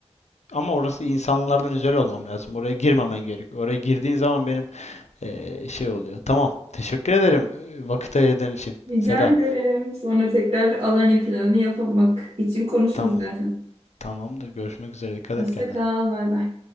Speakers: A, on the left (about 80°); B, on the right (about 65°).
A: ama orası insanlardan özel olmam lazım. Oraya girmemen gerekiyor. Oraya girdiğin zaman benim e, şey oluyor. Tamam. Teşekkür ederim e, vakit ayırdığın için.
B: Rica
A: Seda.
B: ederim. Sonra tekrar Alanya planı yapmak için konuşuruz
A: Tamam.
B: zaten.
A: Tamamdır. Görüşmek üzere. Dikkat
B: Hoşça
A: et kendine.
B: kal. Bay bay.